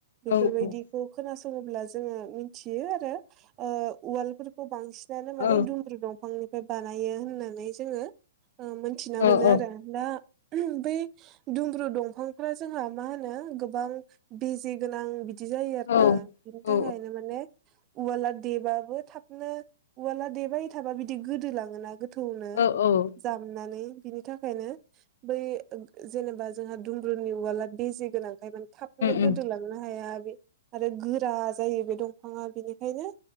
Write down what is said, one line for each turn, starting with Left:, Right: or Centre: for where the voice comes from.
Right: बेफोरबायदि
Left: उम औ
Right: खौ खोनासङोब्ला जोङो मिथियो आरो उवालफोर खौ बांसिनानो माने
Left: औ
Right: दुमन्द्रु दंफांनिफ्राय बानायो होननानै जोङो मोन मिथिना
Left: औ
Right: मोनो आरो। दा बै दुमब्रु दं फांफ्रा जोंहा मा होनो गोबां बिजि गोनां बि दि जायो
Left: औ
Right: आरो ना बिनि
Left: औ
Right: थाखायनो माने उवला देबाबो थाबनो उवाला देब थाबा बिदि गोदो लाङोना थौनो
Left: औ औ उम उम
Right: जामनानै बिनि थाखायनो बै जेनेबा जोंहा दुमब्रुनि उवाला बेजे गोनांखाय माने थाबनो
Left: उम
Right: गोदोलां नो हाया बे आरो गोरा जायो बे दंफाङा बेनिखायनो